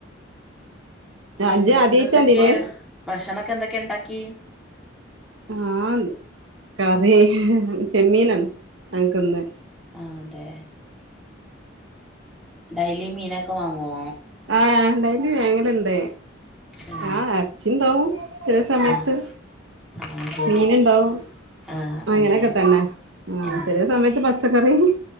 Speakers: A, in the centre; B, on the right.
A: പിന്നെന്ന്
B: ഇജ്ജ് ആദ്യായിട്ടാ
A: എന്തൊക്കെ
B: ഇതില്
A: ഭക്ഷണക്കെ എന്തൊക്കെ ണ്ടാക്കി
B: ആഹ കറി ചെമ്മീന ഞനക്ക് ഇന്ന്
A: ആ അതെ ഡെയലി മീനൊക്കെ വങ്ങോ
B: ആ ഡൈലി വേങ്ങല് ലണ്ട്
A: ഏഹ്
B: ആ അർച്ചിണ്ടാവും ചില സമയത്ത്
A: ആഹ് ആഹ് ശരി
B: മീൻ ണ്ടാവും
A: ആഹ്
B: അങ്ങനെയൊക്കെ
A: അങ്ങനെ
B: തന്നെ
A: ഏഹ്
B: ആ ചെറിയ സമയത്ത് പ ത്ത ക്കറീ <unintelligible>